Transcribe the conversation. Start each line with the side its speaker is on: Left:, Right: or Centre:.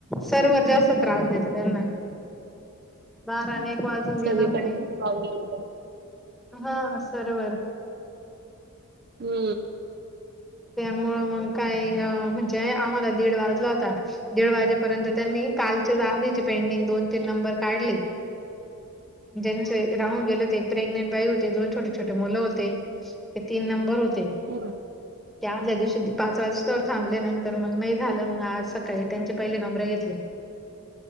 Centre: सर्वर जास्त त्रास देतो त्यांना बारा ने एक वाजून गेला
Right: सगळीकडे
Centre: म्हणे
Right: तेच प्रॉब्लेम येतात.
Centre: हा सर्वर
Right: हू
Centre: त्यामुंळ मग काय म्हणजे आम्हाला दीड वाजला होता दीड वाजेपर्यंत त्यांनी कालचेच आधीचे पेंडिंग दोन तीन नंबर काढले ज्यांचे राहून गेले होते एक प्रेग्नेंट बाई होती दोन छोटे छोटे मुलं होते ते तीन नंबर होते
Right: हा
Centre: ते आदल्या दिवशी पाच वाज तवर थांबले नंतर मग नाही झालं मग आज सकाळी त्यांचे पहिले नंबर घेतले